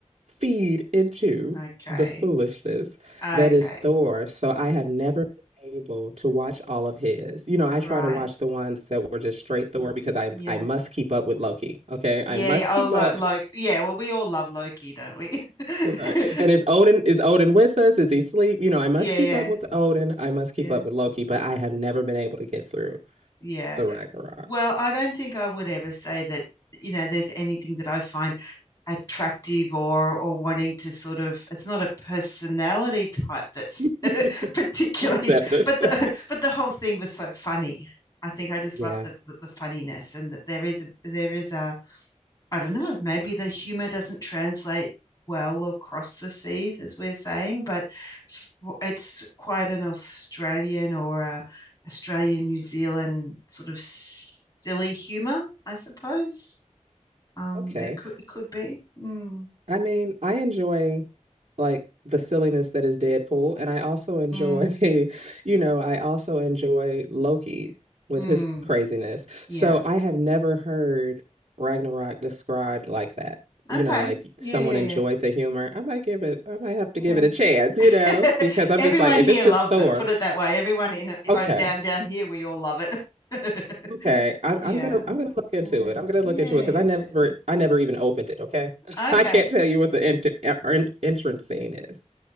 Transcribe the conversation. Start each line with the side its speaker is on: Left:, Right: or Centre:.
Right: feed into
Left: Okay,
Right: the foolishness
Left: okay,
Right: that is Thor. So I have never been able to watch all of his. You know, I
Left: right.
Right: try to watch the ones that were just straight Thor because I
Left: Yeah,
Right: I must keep up with Loki. Okay.
Left: yeah.
Right: I must
Left: yeah.
Right: keep
Left: Oh, lo
Right: up
Left: Loki. Yeah, well, we all love Loki, don't we? <laughs>
Right: Right. And is Odin is Odin with us? Is he asleep? You know, I must
Left: Yeah,
Right: keep
Left: yeah,
Right: up with Odin. I must
Left: yeah.
Right: keep up with Loki, but I have never been able to get through
Left: Yeah.
Right: the Ragnarok.
Left: Well, I don't think I would ever say that, you know, there's anything that I find attractive or or wanting to sort of it's not a personality type that's
Right: <laughs>
Left: <laughs> particularly
Right: Definitely.
Left: but the <laughs> but the whole thing was so funny. I think I just
Right: Yeah.
Left: love the, the the funniness and that there is a there is a I don't know, maybe the humor doesn't translate well across the seas, as we're saying, but it's quite an Australian or a Australian New Zealand sort of silly humor, I suppose. Um,
Right: Okay.
Left: it could it could be. Mm,
Right: I mean, I enjoy like the silliness that is Deadpool. And I also enjoy,
Left: mm,
Right: <laughs> you know, I also enjoy Loki with
Left: mm.
Right: his craziness.
Left: Yeah.
Right: So I have never heard Ragnarok described like that.
Left: Okay.
Right: You know, like
Left: Yeah,
Right: someone
Left: yeah,
Right: enjoyed
Left: yeah.
Right: the humor. I might give it, I might have to give
Left: Yeah.
Right: it a chance, you
Left: <laughs>
Right: know, because I'm
Left: Everyone
Right: just like, if
Left: here
Right: it's just
Left: loves
Right: Thor,
Left: it. Put it that way. Everyone in
Right: okay.
Left: uh, down down here, we all love it. <laughs>
Right: Okay, I'm
Left: Yeah.
Right: I'm gonna I'm gonna look into
Left: Yeah.
Right: it. I'm gonna
Left: Yeah,
Right: look into it
Left: interesting.
Right: because I never I never even opened it. Okay, <laughs>
Left: Okay.
Right: I can't tell you what the ent- er- en- entrance scene is.